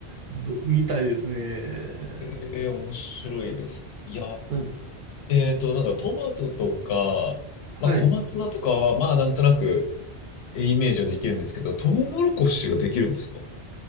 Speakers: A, on the right; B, on the left.
A: ど、みたいですね。
B: ええ、面白いですねいや、
A: なんで、
B: えっと、なんかトマトとか、まあ小松菜とかは、
A: はい。
B: まあなんとなくえイメージはできるんですけど、トウモロコシができるんですか